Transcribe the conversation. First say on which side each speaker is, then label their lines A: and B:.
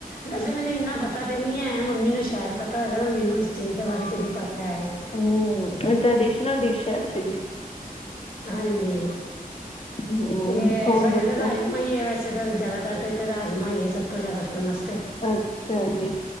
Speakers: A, on the left (about 75°); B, on the left (about 40°).
A: ਵੈਸੇ ਮੈਨੂੰ ਇੰਨਾ ਪਤਾ ਤੇ ਨਹੀਂ ਹੈ, ਮੰਮੀ ਨੂੰ ਸ਼ਾਇਦ ਪਤਾ ਹੋਏਗਾ, ਮੈਨੂੰ ਇਸ ਚੀਜ਼ ਦੇ ਬਾਰੇ ਚ ਨਹੀਂ ਪਤਾ ਹੈ।
B: ਹਮ ਟ੍ਰੈਡੀਸ਼ਨਲ ਡਿਸ਼ ਹੈ ਇੱਥੇ।
A: ਹਾਂਜੀ,
B: ਹਮ
A: ਵੀ
B: ਹੋਰ
A: ਸਾਡੇ
B: ਦੱਸੋ
A: ਰਾਜ ਵੈਸੇ ਤਾਂ ਜ਼ਿਆਦਾਤਰ ਤੇ, ਰਾਜਮਾ ਹੀ ਸਭ ਤੋਂ ਜ਼ਿਆਦਾ ਫੇਮਸ ਤੇ
B: ਅੱਛਾ ਜੀ,